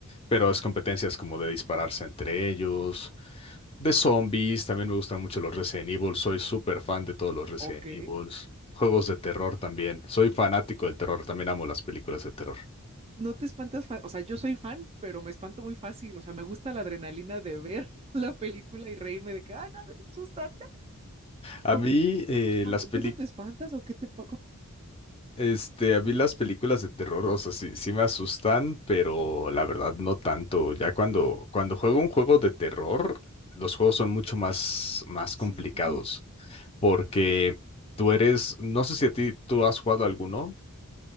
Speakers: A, on the left (about 25°); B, on the right (about 25°).
A: pero es competencias como de dispararse entre ellos, de zombies, también me gustan mucho los Resident Evil, soy súper fan de todos los Resident
B: ok.
A: Evils. Juegos de terror también. Soy fanático del terror, también amo las películas de terror.
B: No te espantas, fa- o sea, yo soy fan, pero me espanto muy fácil, o sea, me gusta la adrenalina de ver <laughs> la película y reírme de que, ay, no, me asusta,
A: A
B: no".
A: mí, eh,
B: ¿Cómo-
A: las peli-
B: ¿Tú no te espantas o qué te pasa?
A: este, a mí las películas de terror, o sea, sí, sí me asustan, pero la verdad no tanto. Ya cuando, cuando juego un juego de terror, los juegos son mucho más, más
B: Sí,
A: complicados, porque tú eres, no sé si a ti tú has jugado alguno,